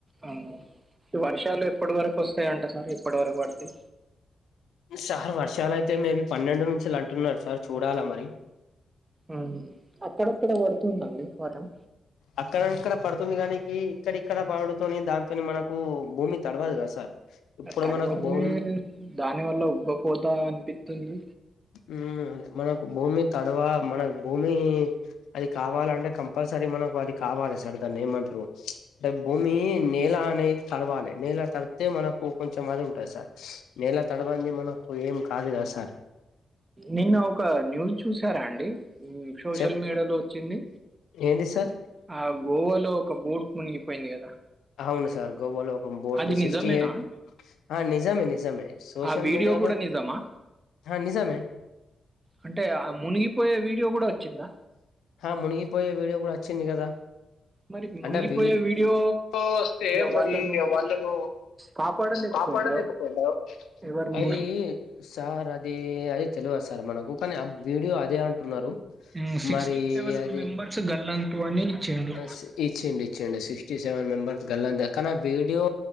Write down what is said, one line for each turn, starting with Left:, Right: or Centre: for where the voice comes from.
Right: అవును ఈ వర్షాలు ఎప్పటి వరకు వస్తాయి అంట సార్ ఎప్పటి వరకు పడుతాయి
Left: సార్ వర్షాలు అయితే మేబీ పన్నెండు నుంచి అంటున్నారు సార్ చూడాలి మరి
Right: హా అక్కడక్కడ పడుతుందండి పదం
Left: అక్కడక్కడ పడుతుంది కానికి ఇక్కడక్కడ పడడుతోని దాంతో మనకు భూమి తడవదు కదా సార్ ఇప్పుడు
Right: తడవలె
Left: మనకు భూమి
Right: దాని వల్ల ఉబ్బపోతా అనిపిస్తుంది
Left: ఉమ్ మనకు భూమి తడవా మనకు భూమి అది కావాలంటే కంపల్సరీ మనకు అది కావాలి సార్ దాన్ని ఏమంటారు అంటే భూమి నేల అనేది తడవాలి నేల తడితే మనకు కొంచెం అది ఉంటుంది సార్ నెల తడవనిది మనకు ఏం కాదు కదా సార్
Right: నిన్న ఒక న్యూస్ చూసారా అండి సోషల్
Left: చెప్
Right: మీడియాలో వచ్చింది
Left: ఏంటి సార్
Right: ఆ గోవాలో ఒక బోట్ మునిగిపోయింది కదా
Left: అవును సార్ గోవాలో ఒక బోట్
Right: అది
Left: సిక్స్టీ
Right: నిజమేనా
Left: ఎయిట్ ఆ నిజమే నిజమే సోషల్
Right: ఆ వీడియో
Left: మీడియాలో
Right: కూడా నిజమా
Left: హ నిజమే
Right: అంటే ఆ మునిగిపోయే వీడియో కూడా వచ్చిందా
Left: హా మునిగిపోయే విడియో కూడా వచ్చింది కదా
Right: మరి మునిగిపోయే
Left: అంటే అవి <unintelligible>
Right: వీడియో
Left: వస్తే
Right: వాళ్ళను
Left: మరి వాళ్ళను
Right: కాపాడలేకపోయిండా
Left: కాపాడలేకపోయిండ్ర
Right: ఎవరిని
Left: అది
Right: కూడా
Left: సార్ అది అద తెలియదు సార్ మనకు కానీ ఆ వీడియో అదే అంటున్నారు
Right: హా సిక్స్టీ
Left: మరి
Right: సెవెన్
Left: అది
Right: మెంబర్స్ గల్లంతు అని ఇచ్చిండు
Left: స్ ఇచ్చిండు ఇచ్చిండు సిక్స్టీ సెవెన్ మెంబర్స్ గల్లంత్ కానీ ఆ వీడియో